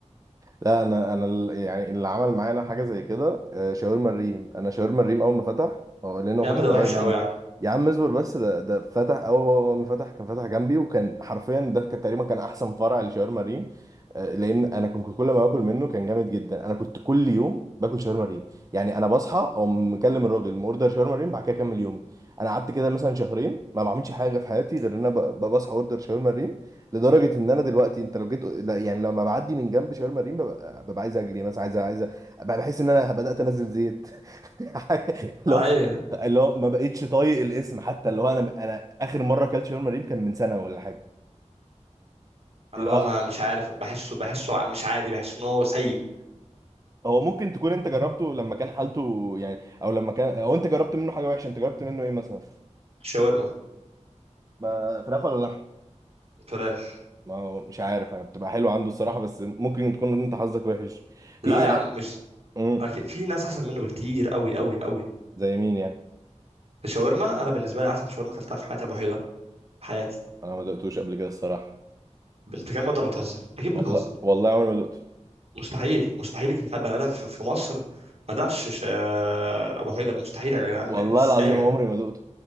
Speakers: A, on the right (about 30°); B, on the right (about 55°).
A: لا انا انا ال- يعني اللي عمل معانا حاجه زي كده آه، شاورما الريم انا شاورما الريم اول ما فتح اه لانه
B: يا
A: فتح
B: عم ده
A: قريب
B: وحش
A: مني
B: قوي يا عم
A: يا عم اصبر بس ده ده فتح اول ما فتح كان فتح جنبي وكان حرفيا ده كان تقريبا كان احسن فرع لشاورما الريم آه، لان انا كنت كل ما باكل منه كان جامد جدا انا كنت كل يوم باكل شاورما الريم يعني انا بصحى اقوم مكلم الراجل اوردر شاورما الريم بعد كده اكمل يومي انا قعدت كده مثلا شهرين ما بعملش حاجه في حياتي غير ان انا ب- ب- بصحى اوردر شاورما الريم لدرجه ان انا دلوقتي انت لو جيت لا يعني لما بعدي من جنب شاورما مريم ببقى, ببقى عايز اجري مثلا عايز عايز ببقى بحس ان انا بدات انزل زيت <laughs> اللي
B: اي
A: هو اللي هو ما بقتش طايق الاسم حتى اللي هو انا انا اخر مره اكلت شاورما مريم كان من سنه ولا حاجه
B: انا
A: اللي
B: بقى
A: هو
B: ما مش عارف بحسه بحسه ع- مش عادي بحس ان هو سيء
A: هو ممكن تكون انت جربته لما كان حالته يعني او لما كان او انت جربت منه حاجه وحشه انت جربت منه ايه مثلا
B: شاورما
A: ما فراخ ولا لحم
B: فراخ
A: ما هو مش عارف يعني بتبقى حلوه عنده الصراحه بس ممكن تكون انت حظك وحش في
B: لا
A: إيه
B: يا
A: يعني
B: عم مش
A: امم
B: أكيد في ناس احسن منه بكتير قوي قوي قوي
A: زي مين يعني
B: الشاورما انا بالنسبه لي احسن شاورما اكلتها في حياتي ابو حيدر في حياتي
A: انا ما دقتوش قبل كده الصراحه
B: بنت كام بدل بتهزر اكيد
A: والله
B: بتهزر
A: والله عمري ما دقته
B: مستحيل مستحيل يكون حد بني ادم في في مصر ما دعش ش- ابو حيدر مستحيل يا جدعان
A: والله
B: ازاي
A: العظيم
B: يا جدعان
A: عمري ما دقته